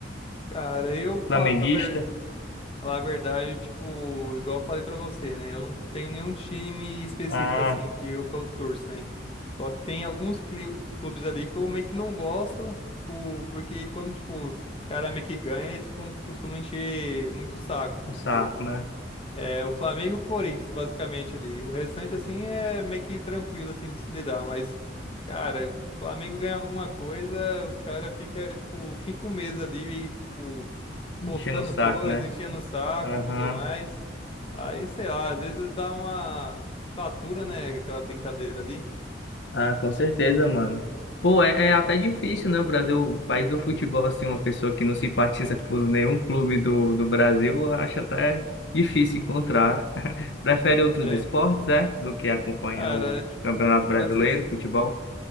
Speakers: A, on the left (about 30°); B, on the left (about 70°).
A: Cara, eu vou falar
B: flamenguista?
A: pra ver. Falar a verdade, tipo, igual eu falei pra você, né? Eu não tenho nenhum time específico,
B: Ah,
A: assim, que eu, que eu torço, né? Só que tem alguns cli- clubes ali que eu meio que não gosto, tipo, porque quando, tipo, os caras meio que ganham, eles com- costumam encher muito o saco.
B: o
A: Tipo,
B: saco, né?
A: é o Flamengo e o Corinthians, basicamente, ali. O restante, assim, é meio que tranquilo, assim, de se lidar, mas, cara, o Flamengo ganha alguma coisa, os caras ficam, tipo, cinco meses ali, tipo,
B: Enchendo
A: postando
B: o saco,
A: coisa,
B: né?
A: enchendo o saco
B: Aham.
A: e tudo mais. Aí, sei lá, às vezes dá uma fatura, né? Aquela brincadeira ali.
B: Ah, com certeza, mano. Pô, é, é até difícil, né? O Brasil, país do futebol, assim, uma pessoa que não simpatiza <laughs> por nenhum clube do, do Brasil, eu acho até difícil encontrar. <laughs> Prefere outros
A: É,
B: esportes, é? Do que acompanhar
A: cara,
B: o
A: é, tipo,
B: Campeonato Brasileiro,
A: pra ser,
B: futebol?